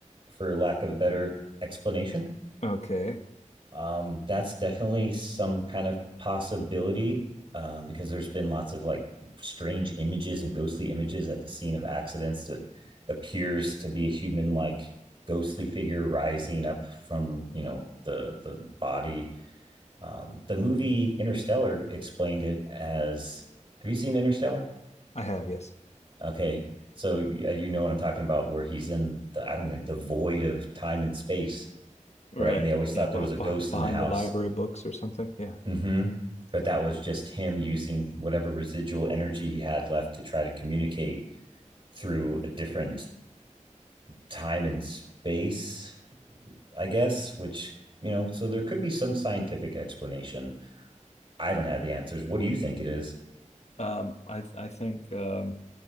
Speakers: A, on the right (about 45°); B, on the left (about 60°).
A: for lack of a better explanation
B: Okay,
A: um, that's definitely some kind of possibility um, because there's been lots of like strange images and ghostly images at the scene of accidents that appears to be a human like ghostly figure rising up from you know the the body um, the movie interstellar explained it as have you seen interstellar
B: I have, yes.
A: Okay. So yeah, you know what I'm talking about, where he's in the, I don't know, the void of time and space,
B: Right.
A: right? And they always thought
B: Yeah, beh
A: there was a ghost
B: beh- behind
A: in the house.
B: the library books or something. Yeah.
A: Mm-hmm. But that was just him using whatever residual energy he had left to try to communicate through a different time and space, I guess, which, you know, so there could be some scientific explanation. I don't have the answers. What do you think it is?
B: Um, I I think um,